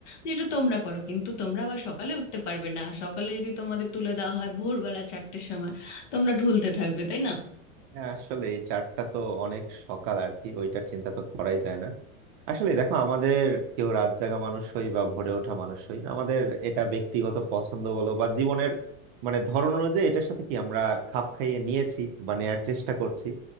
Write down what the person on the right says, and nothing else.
হ্যাঁ, আসলে এই চারটা তো অনেক সকাল আর কি ওইটার চিন্তা তো করাই যায় না আসলে দেখো আমাদের কেউ রাত জাগা মানুষ হই বা ভোরে ওঠা মানুষ হই আমাদের এটা ব্যক্তিগত পছন্দ বলো বা জীবনের মানে ধরন অনুযায়ী এটার সাথে কি আমরা খাপ খাইয়ে নিয়েছি বা নেয়ার চেষ্টা করছি